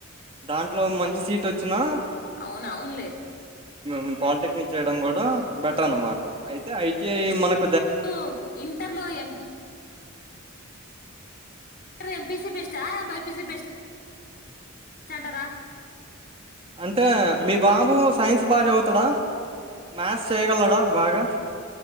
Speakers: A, on the right; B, on the left.
A: దాంట్లో మంచి సీట్ వచ్చినా
B: అవునవునులే
A: మ్ పాలిటెక్నిక్ చేయడం కూడా బెటర్ అన్నమాట అయితే ఐటి కి మనక్
B: ను ఇంటర్లో ఎం టర్ ఎంపీసి బెస్ట్ హ బైపిసి బెస్ట్ స్టటరా
A: అంటే మీ బాబు సైన్స్ బాగా చదువుతాడా మ్యాథ్స్ చేయగలడా బాగా